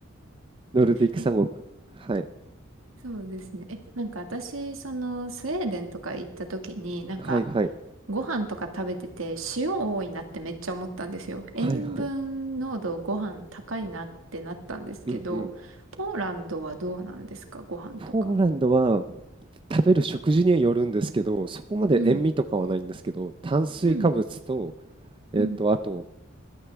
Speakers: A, on the right (about 25°); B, on the right (about 75°).
A: ノルディック三国、
B: え、
A: はい、
B: そうですね。え、なんか私、その、スウェーデンとか行った時に、なんか、
A: はい、はい、
B: ご飯とか食べてて、塩多いなってめっちゃ思ったんですよ。
A: はい、
B: 塩分濃度ご飯高いなってなったんですけど、
A: はい、うん、うん。
B: ポーランドはどうなんですかご飯とか。
A: ポーランドは食べる食事によるんですけど、そこまで塩味とかはないんですけど、
B: うん、
A: 炭水化物と、
B: うん、うん。
A: えっと、あと